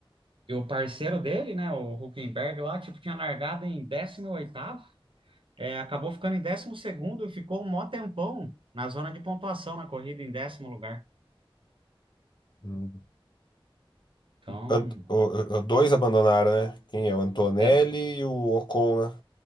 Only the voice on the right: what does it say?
e o parceiro dele, né, o Huckenberg lá, tipo, tinha largado em décimo oitavo, é, acabou ficando em décimo segundo e ficou um mó tempão na zona de pontuação na corrida, em décimo lugar.
Então,
é,